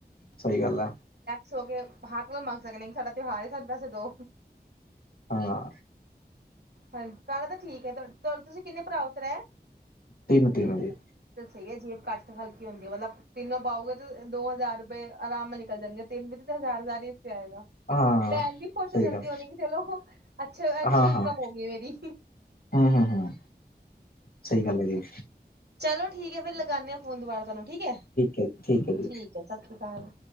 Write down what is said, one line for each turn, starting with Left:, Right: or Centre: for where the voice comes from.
Left: ਸਈ ਗੱਲ ਐ।
Right: ਸੋ ਕੇ ਹੱਕ ਨਾਲ ਮਗ ਸਕਦੇ ਨੇ ਸਾਡਾ ਤਉਂਹਾਰ ਏ ਸਾਣ ਪੈਸੇ ਦੋ।
Left: ਹਾਂ।
Right: ਹਾਂਜੀ, ਪੈਲਾ ਤਾਂ ਠੀਕ ਐ ਚਲੈ, ਤੁਸੀਂ ਕਿੰਨੇ ਭਰਾ ਓ ਤ੍ਰੇ?
Left: ਤਿੰਨ-ਤਿੰਨ ਵੇ।
Right: ਸਈ ਐ ਜੇ ਕੱਟ ਕੇ ਹਲਕੀ ਹੁੰਦੀ ਮਤਲਬ ਤਿੰਨੋ ਪਾਓਗੇ ਤੇ ਦੋ ਹਜ਼ਾਰ ਰੁਪਏ ਆਰਾਮ ਨਾਲ ਨਿਕਲ ਜਾਣਗੇ ਤਿੰਨ ਵੀ ਤੇ ਹਜ਼ਾਰ ਹਜ਼ਾਰ ਈ ਹੀਸੇ ਆਏਗਾ।
Left: ਹਾਂ
Right: ਭੈਣ ਵੀ ਖੁਸ਼
Left: ਸਹੀ
Right: ਹੋ ਜਾਂਦੀ
Left: ਗੱਲ
Right: ਹੋਣੀ ਕਿ ਚਲੋ ਅੱਛ ਅੱਛੀ
Left: ਹਾਂ
Right: ਇਨਕਮ
Left: ਹਾਂ
Right: ਹੋ ਗਈ ਮੇਰੀ।
Left: ਹੂੰ, ਹੂੰ ਹੂੰ, ਸਈ ਗੱਲ ਹੈਗੀ।
Right: ਚਲੋ ਠੀਕ ਐ ਫੇਰ ਲਗਾਨੇ ਆ ਫੋਨ ਦੁਬਾਰਾ ਤੁਆਨੂੰ ਠੀਕ ਐ,
Left: ਹੈ ਹੈ ਜੀ
Right: ਠੀਕ ਐ ਸਸ ਸ੍ਰੀ ਕਾਲ।